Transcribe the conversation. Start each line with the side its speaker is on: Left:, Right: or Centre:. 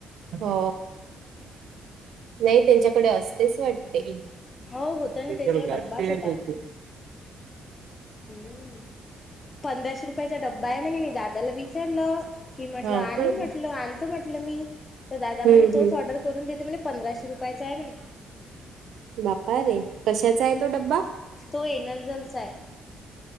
Right: हो नाही त्यांच्याकडे असतेच वाटते
Left: हो होत ना
Right: <inaudible>
Left: त्याच्यावर डब्बाच होता हम्म पंधराशे रुपयाचा डब्बा आहे म्हणे मी दादाला विचारलं की म्हटलं
Right: हा हम्म
Left: आणू म्हटलं आणतो म्हटलं मी तर दादा
Right: हम्म
Left: म्ह तोच ऑर्डर करून देते म्हण पंधराशे रुपयाचं आहे म्ह
Right: बापा रे कशाचा आहे तो डब्बा
Left: तो एनर्जनचा आहे